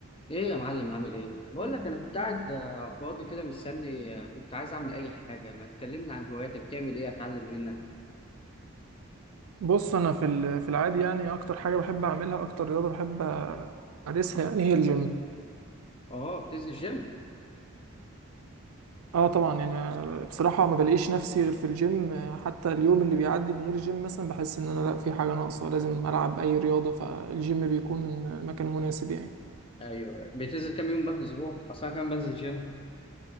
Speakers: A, on the left (about 25°); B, on the right (about 75°).
A: ايه يا معلم عامل ايه بقول لك انا كنت قاعد آه، فاضي كده مستني آه، كنت عايز اعمل اي حاجه ما تكلمني عن هواياتك بتعمل ايه اتعلم منك
B: بص انا في ال- في العادي يعني اكتر حاجه بحب اعملها اكتر رياضه بحب امارسها يعني هي الجيم
A: اه بتنزل جيم
B: اه طبعا يعني بصراحه ما بلاقيش نفسي غير في الجيم حتى اليوم اللي بيعدي من غير الجيم مثلا بحس ان انا لا في حاجه ناقصه لازم العب اي رياضه فالجيم بيكون مكان مناسب يعني
A: ايوه بتنزل كام يوم بقى في الاسبوع اصلا كام بنزل جيم